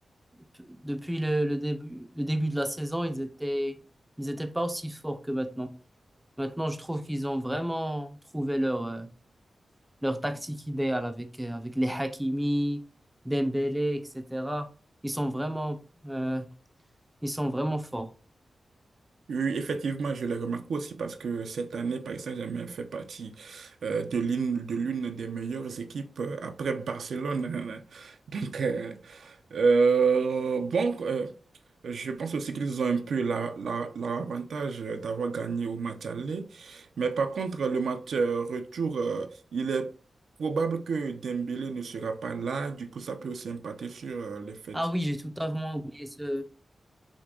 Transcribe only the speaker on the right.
oui, effectivement, je l'ai remarqué aussi parce que cette année, Paris Saint-Germain fait partie euh, de l'une de l'une des meilleures équipes euh, après Barcelone. <laughs> Donc, euh, euh, bon, euh, je pense aussi qu'ils ont un peu la, la- l'avantage d'avoir gagné au match aller. Mais par contre, le match euh, retour, euh, il est probable que Dembélé ne sera pas là. Du coup, ça peut aussi impacter sur euh, le fait.